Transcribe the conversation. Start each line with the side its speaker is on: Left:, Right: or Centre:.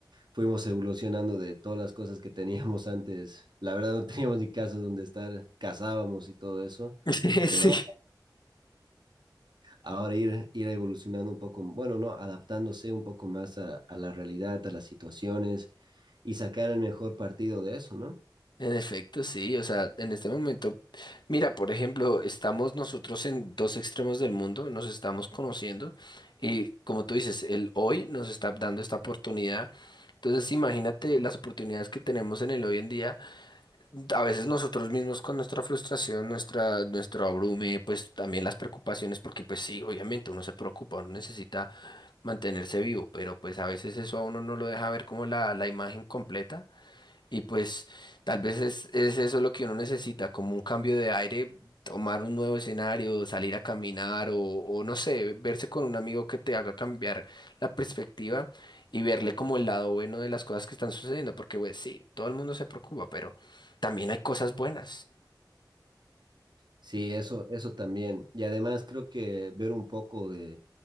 Right: fuimos evolucionando de todas las cosas que teníamos antes. La verdad no teníamos ni casas donde estar, cazábamos y todo eso,
Left: <laughs>
Right: pero
Left: Sí.
Right: ahora ir, ir evolucionando un poco, bueno, ¿no? Adaptándose un poco más a, a la realidad, a las situaciones y sacar el mejor partido de eso, ¿no?
Left: En efecto, sí, o sea, en este momento, mira, por ejemplo, estamos nosotros en dos extremos del mundo, nos estamos conociendo y como tú dices, el hoy nos está dando esta oportunidad. Entonces, imagínate las oportunidades que tenemos en el hoy en día. A veces nosotros mismos con nuestra frustración, nuestra, nuestro abrume, pues también las preocupaciones, porque pues sí, obviamente uno se preocupa, uno necesita mantenerse vivo, pero pues a veces eso a uno no lo deja ver como la, la imagen completa. Y pues tal vez es, es eso lo que uno necesita, como un cambio de aire, tomar un nuevo escenario, salir a caminar o, o no sé, verse con un amigo que te haga cambiar la perspectiva y verle como el lado bueno de las cosas que están sucediendo, porque pues sí, todo el mundo se preocupa, pero también hay cosas buenas.
Right: Sí, eso, eso también. Y además creo que ver un poco de